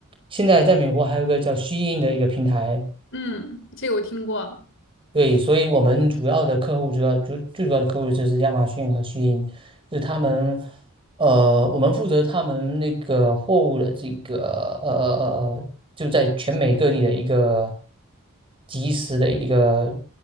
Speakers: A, on the right; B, on the left.
A: 现在在美国还有一个叫虚鹰的一个平台，
B: 嗯，这个我听过。
A: 对，所以我们主要的客户，主要主最主要的客户就是亚马逊和虚鹰，就是他们，呃，我们负责他们那个货物的这个呃呃，就在全美各地的一个及时的一个